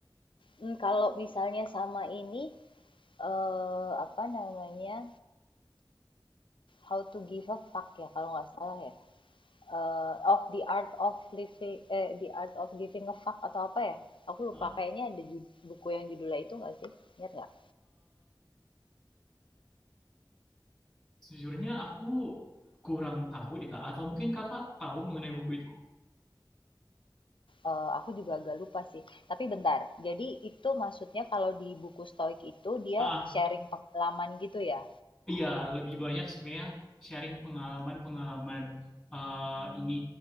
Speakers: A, on the left; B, in the centre.
A: mmm, kalau misalnya sama ini, eee, apa namanya, How to Give a Fuck ya kalau nggak salah ya? Eee, of the Art of Living eh, The Art of Giving a Fuck atau apa ya? Aku
B: Hah?
A: lupa kayaknya ada ju buku yang judulnya itu nggak sih? Ingat nggak?
B: sejujurnya aku kurang tahu deh Kak atau mungkin Kakak tahu mengenai buku itu?
A: Eee, aku juga agak lupa sih. Tapi bentar, jadi itu maksudnya kalau di buku Stoik itu dia
B: Ah, ah.
A: sharing pengalaman gitu ya?
B: Iya, lebih banyak sebenarnya sharing pengalaman-pengalaman eh, ini